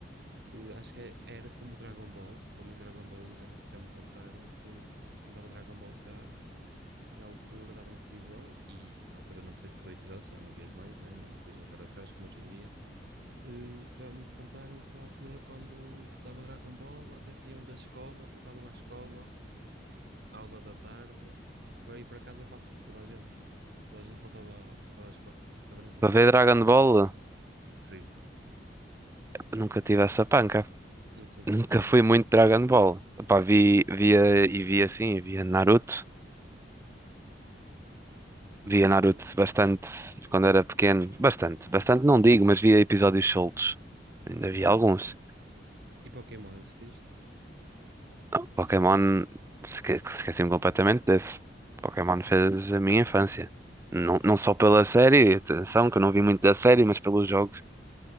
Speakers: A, on the right; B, on the right.
A: Que acho que é- era como o Dragon Ball. Pelo menos Dragon Ball já, já me contaram que quando dava Dragon Ball cá, na altura dava na televisão e na altura não podias perder o episódio, senão não vias mais, né? Não podias voltar atrás, como hoje em dia. Eh, já me contaram que na altura, quando dava Dragon Ball, até saíam da escola, faltavam à escola, à aula da tarde, para ir para casa para assistir toda a gente. Toda a gente faltava, toda a, esco- toda a gente faltava
B: Para ver
A: à escola
B: Dragon
A: para assistir.
B: Ball,
A: Sim.
B: nunca tive essa panca.
A: Não sei se.
B: Nunca fui muito Dragon Ball. Epá, vi, via e via assim, via Naruto. Via
A: Naruto.
B: Naruto bastante quando era pequeno. Bastante, bastante não digo, mas via episódios soltos. Ainda vi alguns.
A: E Pokémon assististe?
B: Ah, Pokémon, esque- esqueci-me completamente desse. Pokémon fez a minha infância. Não, não só pela série, atenção, que eu não vi muito da série, mas pelos jogos.